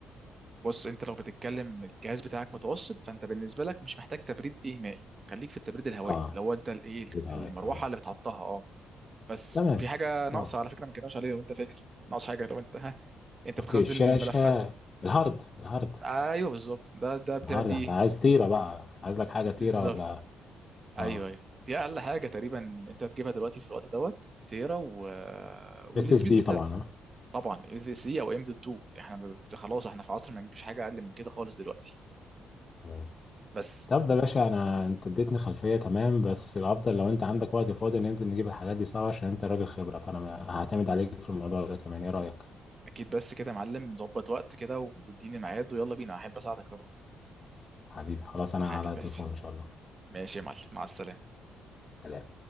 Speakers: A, on the right (about 35°); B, on the left (about 35°).
A: بص انت لو بتتكلم الجهاز بتاعك متوسط فانت بالنسبه لك مش محتاج تبريد ايه مائي خليك في التبريد الهوائي
B: اه
A: لو انت الايه
B: تبريد عليك
A: المروحه
B: تمام
A: اللي بتحطها اه بس
B: تمام
A: في حاجه ناقصه
B: اه
A: على فكره ما كناش عليها لو انت فاكر ناقص حاجه لو انت ها انت
B: اوكي
A: بتخزن
B: الشاشه
A: ملفات
B: الهارد الهارد
A: ايوه بالظبط ده ده بتعمل
B: الهارد
A: بيه
B: انت
A: ايه
B: عايز تيره بقى عايز لك حاجه تيره
A: بالظبط
B: ولا
A: ايوه
B: اه
A: ايوه دي اقل حاجه تقريبا انت هتجيبها دلوقتي في الوقت دوت تيرا و...
B: اس
A: والسبيد
B: اس دي
A: بتاعتي
B: طبعا اه
A: طبعا اي زي سي او ام دوت 2 احنا ب- خلاص احنا في عصر ما نجيبش حاجه اقل من كده خالص دلوقتي
B: تمام
A: بس
B: طب يا باشا انا انت اديتني خلفيه تمام بس الافضل لو انت عندك وقت فاضي ننزل نجيب الحاجات دي سوا عشان انت راجل خبره فانا هعتمد عليك في الموضوع ده كمان ايه رايك
A: اكيد بس كده يا معلم نظبط وقت كده واديني ميعاد ويلا بينا احب اساعدك طبعا
B: حبيبي خلاص انا
A: حبيب
B: على التليفون
A: قلبي
B: ان شاء الله
A: ماشي يا معلم مع السلامه
B: سلام